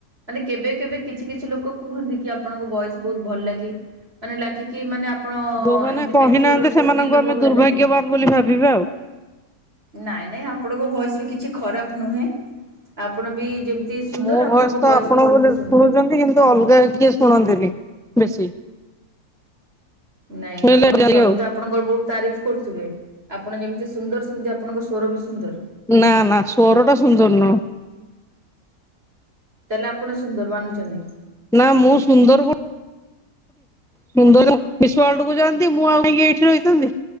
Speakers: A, on the right; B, in the centre.
A: ମାନେ କେବେ କେବେ କିଛି କିଛି ଲୋକ କୁହନ୍ତି କି ଆପଣଙ୍କ ଭଏସ ବହୁତ ଭଲ ଲାଗେ। ମାନେ ଲାଗିକି ମାନେ ଆପଣ
B: ଯୋଉମାନେ
A: ଏମତି
B: କହିନାହାନ୍ତି
A: ମେଚର
B: ସେମାନଙ୍କୁ
A: ସ୍ତ୍ରୀ ଲୋକ
B: ଆମେ
A: ଭଳିଆ
B: ଦୁର୍ଭାଗ୍ୟବାନ
A: ଲାଗେନି।
B: ବୋଲି ଭାବିବା ଆଉ
A: ନାଇଁ ନାଇଁ ଆପଣଙ୍କ ଭୟସ ବି କିଛି ଖରାପ ନୁହେଁ ଆପଣ ବି ଯେମ ତି ସୁନ୍ଦର
B: ମୋ ଭୟସ
A: ଆପଣଙ୍କ ଭଏସ୍
B: ଆପଣ
A: ବି ସେମିତି
B: ବୋଲି
A: ସୁନ୍ଦର।
B: ଶୁଣୁଛନ୍ତି କିନ୍ତୁ ତ ଅଲଗା କିଏ ଶୁଣନ୍ତିନି ବେଶୀ ତ
A: ନାଇଁ
B: ଶୁଣିଲେ
A: ଆପଣଙ୍କ ସ୍ୱାମୀତ
B: ଆଉ
A: ଆପଣଙ୍କର ବହୁତ ତାରିଫ କରୁଥିବେ ଆପଣ ଯେମିତି ସୁନ୍ଦର ସେମିତି ଆପଣଙ୍କ ଶ୍ଵର ବି ସୁନ୍ଦର।
B: ନାଁ ନାଁ ସୋରଟା ସୁନ୍ଦରନୁହଁ।
A: ତାହେଲେ ଆପଣ ସୁନ୍ଦର ମାନୁଛନ୍ତି।
B: ନା ମୁଁ ସୁନ୍ଦର କ ସୁନ୍ଦର <inaudible> ଯାଆନ୍ତି ମୁଁ ଆଉ କାହିଁକି ଏଇଠି ରହିଥାନ୍ତି।